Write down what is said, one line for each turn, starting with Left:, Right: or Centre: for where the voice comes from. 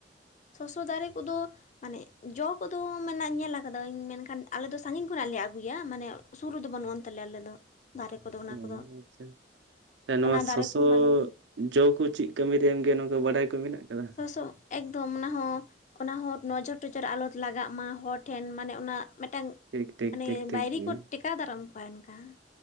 Left: ᱥᱚᱥᱚ ᱫᱟᱨᱮ ᱠᱚᱫᱚ ᱢᱟᱱᱮ ᱡᱚ ᱠᱚᱫᱚ ᱢᱟᱱᱮ ᱧᱮᱞ ᱟᱠᱟᱫᱟᱹᱧ ᱢᱮᱱᱠᱷᱟᱱ ᱟᱞᱮ ᱫᱚ ᱥᱟᱺᱜᱤᱧ ᱠᱷᱚᱱᱟᱜ ᱞᱮ ᱟᱹᱜᱩᱭᱟ ᱢᱟᱱᱮ ᱥᱩᱨ ᱨᱮᱫᱚ ᱵᱟᱹᱱᱩᱜ ᱟᱱ ᱛᱟᱞᱮᱭᱟ ᱟᱞᱮ ᱫᱚ ᱫᱟᱨᱮ ᱠᱚᱫᱚ᱾ ᱚᱱᱟ
Right: ᱦᱩᱸ
Left: ᱠᱚᱫᱚ
Right: ᱟᱪᱪᱷᱟ ᱱᱚᱣᱟ
Left: ᱚᱱᱟ ᱫᱟᱨᱮ
Right: ᱥᱚᱥᱚ
Left: ᱠᱚᱦᱚᱸ ᱵᱟᱞᱮ ᱧᱮᱞ
Right: ᱡᱚ ᱠᱚ ᱪᱮᱫ ᱠᱟᱹᱢᱤ ᱨᱮ ᱮᱢ ᱜᱮᱭᱟ ᱱᱚᱠᱚ ᱵᱟᱰᱟᱭ ᱠᱚ ᱢᱮᱱᱟᱜ ᱟᱠᱟᱫᱟ?
Left: ᱥᱚᱥᱚ ᱮᱠᱫᱚᱢ ᱚᱱᱟ ᱦᱚᱸ ᱚᱱᱟ ᱦᱚᱸ ᱱᱚᱡᱚᱨ ᱴᱚᱡᱚᱨ ᱟᱞᱚ ᱞᱟᱜᱟᱜ ᱢᱟ ᱦᱚᱲ ᱴᱷᱮᱱ ᱢᱟᱱᱮ ᱚᱱᱟ ᱢᱤᱫᱴᱟᱝ
Right: ᱴᱷᱤᱠ ᱴᱷᱤᱠ
Left: ᱢᱟᱱᱮ
Right: ᱴᱷᱤᱠ ᱴᱷᱤᱠ
Left: ᱵᱟᱭᱨᱤ
Right: ᱦᱩᱸ
Left: ᱠᱚ ᱴᱮᱠᱟᱣ ᱫᱟᱨᱟᱢ ᱠᱚᱣᱟ ᱚᱱᱠᱟ᱾